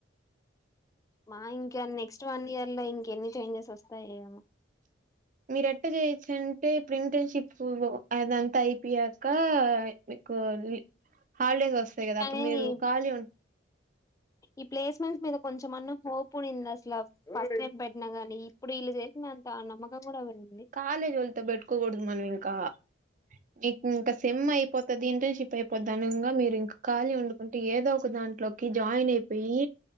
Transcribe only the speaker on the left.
మా ఇంకా నెక్స్ట్ వన్ ఇయర్ లో ఇంక ఎన్ని చేంజెస్ వొస్థాయే ఏమో
కానీ
ఈ ప్లేస్మెంట్స్ మీద కొంచెమ్ అన్న హోప్ ఉనింది. అసల ఫస్ట్ టైం పెట్నా గానీ ఇప్పుడు ఈళ్ళు చే నాంత నమ్మకం కూడా పోయింది